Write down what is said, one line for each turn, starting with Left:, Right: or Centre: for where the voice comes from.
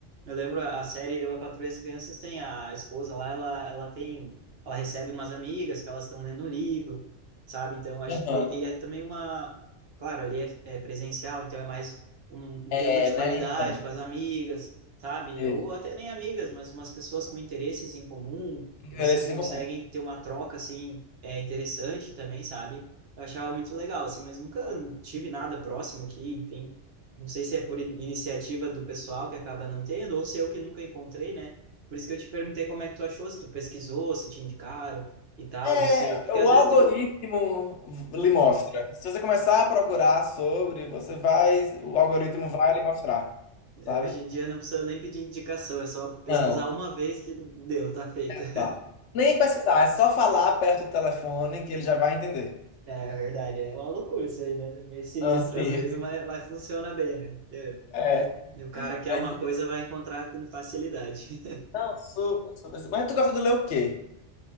Right: eu lembro a a série Eu, a Patroa e as Crianças tem a esposa lá, ela, ela tem, ela recebe umas amigas que elas estão lendo um livro, sabe? Então acho
Left: Aham.
Right: que e é também uma, claro, ali é, é presencial, então é mais um,
Left: É,
Right: um tempo de
Left: né?
Right: qualidade
Left: Então,
Right: com as amigas, sabe?
Left: é,
Right: Ou até nem amigas, mas umas pessoas com interesses em comum
Left: interesses
Right: que vocês conseguem
Left: em comum.
Right: ter uma troca assim é interessante também, sabe? Eu achava muito legal assim, mas nunca tive nada próximo aqui, enfim. Não sei se é por in- iniciativa do pessoal que acaba não tendo, ou se eu que nunca encontrei, né? Por isso que eu te perguntei como é que tu achou, se tu pesquisou, se te indicaram e tal,
Left: É,
Right: ou se... Porque
Left: o
Right: às vezes
Left: algoritmo
Right: tem...
Left: lhe
Right: Hum,
Left: mostra. Se você começar a procurar sobre, você vai, o algoritmo vai lhe mostrar, sabe?
Right: Hoje em dia não precisa nem pedir indicação, é só pesquisar
Left: Não,
Right: uma vez que deu, tá feito.
Left: exato.
Right: <laughs>
Left: Nem pesquisar, é só falar perto do telefone que ele já vai entender.
Right: É é verdade, é uma loucura isso aí, né? Meio sinistro
Left: Ah, sim.
Right: às vezes, mas, mas funciona bem, né? Porque
Left: É.
Right: E o cara quer
Left: Mas,
Right: uma coisa, vai encontrar com facilidade. <laughs>
Left: não, super, super. super. Mas tu gosta de ler o quê?